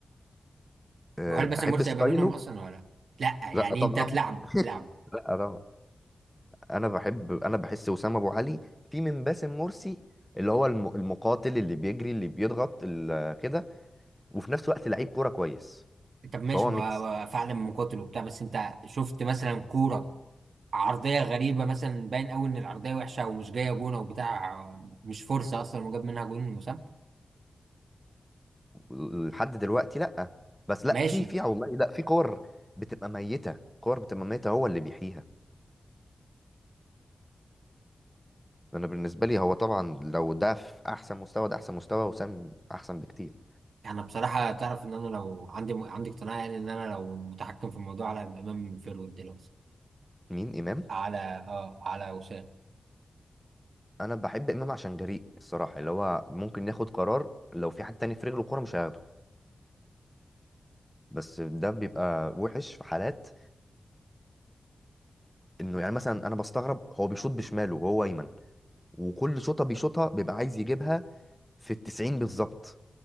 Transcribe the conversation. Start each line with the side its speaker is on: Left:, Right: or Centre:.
Centre: أه،
Right: وهل
Centre: بحب
Right: باسم مرسي
Centre: ستايله
Right: هيبقى منهم اصلا ولا لا لا يعني
Centre: لا طبعا
Right: انت تلعبه تلعبه
Centre: لا طبعا انا بحب انا بحس وسام ابو علي في من باسم مرسي اللي هو الم- المقاتل اللي بيجري اللي بيضغط ال- كده وفي نفس الوقت لعيب كوره كويس
Right: طب ماشي
Centre: فهو
Right: ما
Centre: ميكس
Right: ما فعلا مقاتل وبتاع بس انت شفت مثلا كوره عرضيه غريبه مثلا باين قوي ان العرضيه وحشه او مش جايه جون او بتاع مش فرصه اصلا وجاب منها جون وسام
Centre: لحد دلوقتي لا بس لا
Right: ماشي
Centre: في في والله لا في كور بتبقى ميته كور بتبقى ميته هو اللي بيحييها انا بالنسبه لي هو طبعا لو ده في احسن مستوى ده احسن مستوى وسام احسن بكتير
Right: انا بصراحه تعرف ان انا لو عندي عندي اقتناع يعني ان انا لو متحكم في الموضوع على امام فيرود دلوقتي
Centre: مين امام
Right: على اه على وسام
Centre: انا بحب امام عشان جريء الصراحه اللي هو ممكن ياخد قرار لو في حد تاني في رجله كوره مش هياخده بس ده بيبقى وحش في حالات انه يعني مثلا انا بستغرب هو بيشوط بشماله وهو ايمن وكل شوطه بيشوطها بيبقى عايز يجيبها في التسعين بالظبط